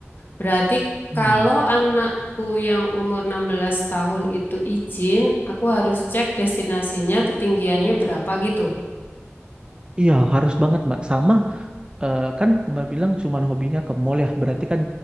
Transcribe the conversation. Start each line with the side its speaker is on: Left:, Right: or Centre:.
Left: Berarti
Right: Iya,
Left: kalau anakku yang umur 16 tahun itu izin, aku harus cek destinasinya ketinggiannya berapa gitu.
Right: iya harus banget Mbak. Sama eh, kan Mbak bilang cuman hobinya ke mall ya, berarti kan